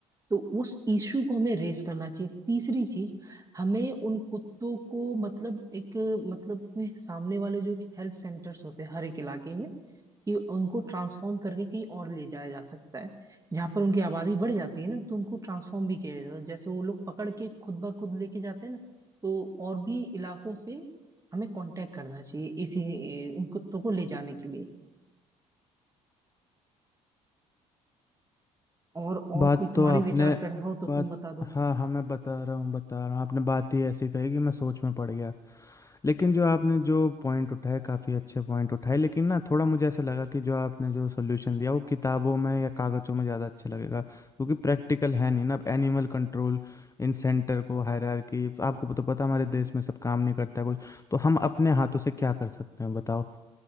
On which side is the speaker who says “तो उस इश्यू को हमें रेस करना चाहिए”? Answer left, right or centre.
Right